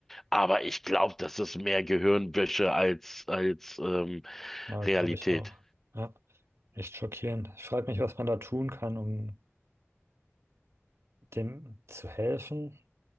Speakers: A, in the centre; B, on the right.
A: Aber ich glaube, das ist mehr Gehirnwäsche als, als ähm,
B: Ja,
A: Realität.
B: glaube ich auch. Ja, echt schockierend. Ich frage mich, was man da tun kann, um dem zu helfen